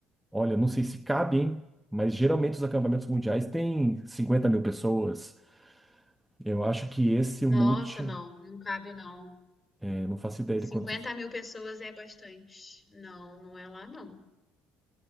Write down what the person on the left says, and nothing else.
Nossa,
não, não cabe não.
Cinquenta
mil pessoas é bastante. Não, não é lá não.